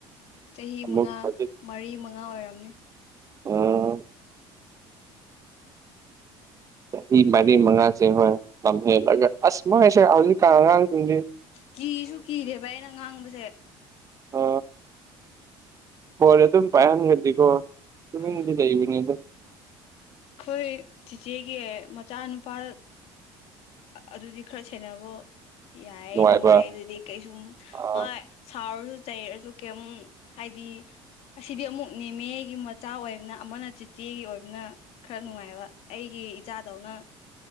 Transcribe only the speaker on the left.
ꯆꯍꯤ
ꯃꯉꯥ
ꯃꯔꯤ ꯃꯉꯥ ꯑꯣꯏꯔꯝꯅꯦ
ꯀꯤꯁꯨ ꯀꯤꯔꯦꯕ ꯑꯩꯅ ꯉꯥꯡꯕꯁꯦ
ꯎꯝ
ꯑꯩꯈꯣꯏ ꯆꯤꯆꯦꯒꯤ ꯃꯆꯥꯅꯨꯄꯥ ꯑꯗꯨꯗꯤ ꯈꯔ ꯁꯦꯟꯅꯅꯕꯣ ꯌꯥꯏꯌꯦ
ꯅꯨꯡꯉꯥꯏꯌꯦ ꯑꯗꯨꯗꯤ ꯀꯩꯁꯨꯝ
ꯍꯣꯏ ꯁꯥꯎꯔꯖꯨ ꯆꯩꯩꯔꯁꯨ ꯀꯩꯝ ꯍꯥꯏꯗꯤ ꯑꯁꯤꯗꯤ ꯑꯃꯨꯛ ꯅꯃꯦ ꯒꯤ ꯃꯆꯥ ꯑꯣꯏꯕꯅ ꯑꯃꯅ ꯆꯤꯆꯦꯒꯤ ꯑꯣꯏꯕꯅ ꯈꯔ ꯅꯨꯡꯉꯥꯏꯕ ꯑꯩꯒꯤ ꯏꯆꯥꯗꯧꯅ